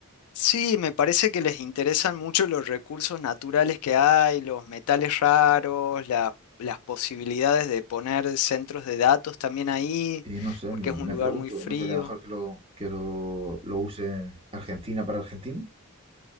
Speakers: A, on the left; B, on the right.
A: Sí, me parece que les interesan mucho los recursos naturales que hay, los metales raros, la- las posibilidades de poner centros de datos también ahí,
B: Y no sé,
A: porque
B: me, me
A: es un lugar
B: pregunto,
A: muy frío.
B: ¿no sería mejor que lo, que lo, lo use Argentina para Argentina?